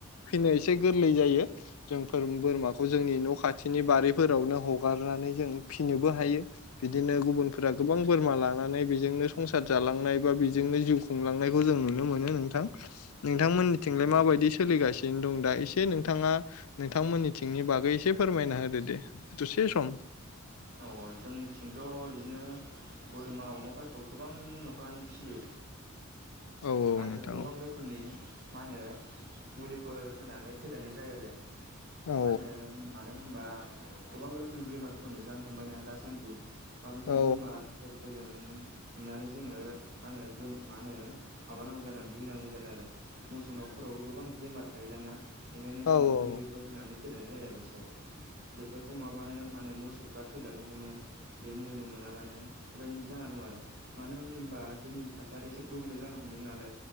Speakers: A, on the left; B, on the right.
A: फिसिनो एसे गोरलै जायो जों बोरमाखौ जोंनि न' खाथिनि बारिफोरावनो हगारनानै जों फिसिनोबो हायो बिदिनो गुबुनफोरा गोबां बोरमा लानानै बेजोंनो संसार जालांनाय बा बेजोंनो जिउ खुंलांनायखौ जों नुनो मोनो नोंथां नोंथांमोननिथिंलाय
B: औ
A: माबायदि सोलिगासिनो दं दा एसे नोंथाङा नोंथांमोननिथिंनि बागै एसे फोरमायना होदो दे दसे सम
B: अ जोंनिथिंथ' बिदिनो बोरमा अमाफोरखौ गोबाङैनो न'खरानो फियो
A: औ
B: आरो
A: नोंथां
B: गोबां
A: औ
B: रोखोमनि मा होनो मुलिफोर होनानै फेदेरनाय जायो आरो
A: औ
B: मा होनो मानो होनबा गोबां रोखोमनि बेमारफोरखौ नुजानो हमबायना? दासान्दि माबा मोनसे
A: औ
B: बेमारफोर खौजों हुनानै जोङो मा होनो मा होनो माबानांगौ जादों आरो भुगिनांगौ जादों आरो मोसौनावफोरनावबो गोबां बेमार। थायो दाना? बेनिखायनो जों
A: औ
B: मुलिफोर होनानै गेलेनाय जायो आरो एसे बेफोरखौ नङाबानो माने मौस सौफ्रा थैलाङो। हमो बे मुलि मोनाबानो बेबायदि जाना दं आरो मानो होनबा जोंनि थास दा आरो गुबुंले जानो हमदों नालाय।